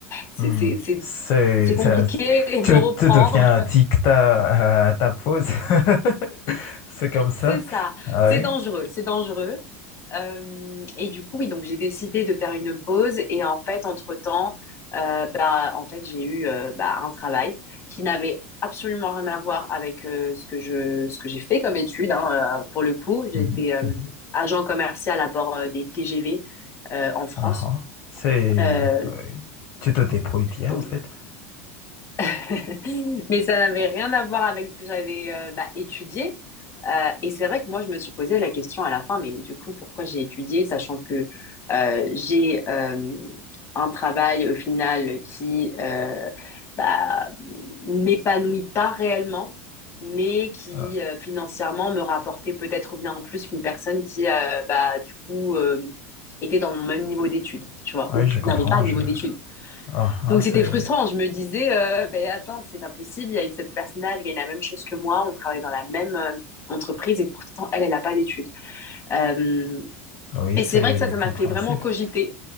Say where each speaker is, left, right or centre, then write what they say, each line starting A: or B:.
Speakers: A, on the left; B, on the left.
A: c'est
B: Hmm.
A: c'est c'est
B: C'est,
A: c'est compliqué
B: ça- tu,
A: de reprendre
B: tu deviens addict à, à ta pause. <laughs> C'est comme ça.
A: C'est ça.
B: Ah
A: C'est
B: oui.
A: dangereux, c'est dangereux. Euh, et du coup, oui, donc j'ai décidé de faire une pause. Et en fait, entre-temps, euh, bah, en fait, j'ai eu euh, bah, un travail qui n'avait absolument rien à voir avec euh, ce que je, ce que j'ai fait comme étude. hein. Euh, pour le coup, j'ai
B: Mhm,
A: été euh,
B: mhm.
A: agent commercial à bord euh, des TGV euh, en France.
B: Uhum. C'est,
A: Euh,
B: oui. Tu te débrouilles bien,
A: donc,
B: en fait.
A: <laughs> mais ça n'avait rien à voir avec ce que j'avais euh, bah, étudié. Euh, et c'est vrai que moi, je me suis posé la question à la fin, mais du coup, pourquoi j'ai étudié, sachant que euh, j'ai euh, un travail au final qui euh, bah, m'épanouit pas réellement, mais qui
B: Ah,
A: euh, financièrement me rapportait peut-être bien plus qu'une personne qui, euh, bah, du coup, euh, était dans mon même niveau d'études, tu vois,
B: oui,
A: ou
B: je comprends.
A: n'avait pas de
B: Je...
A: niveau d'études.
B: Uhum,
A: Donc
B: c'est...
A: c'était frustrant. Je me disais, euh, ben attends, c'est pas possible. Il y a une, cette personne-là, elle gagne la même chose que moi. On travaille dans la même euh, entreprise et pourtant elle, elle n'a pas d'études. Euh,
B: Oui,
A: et
B: c'est
A: c'est vrai que ça, ça m'a
B: compréhensible,
A: fait vraiment cogiter.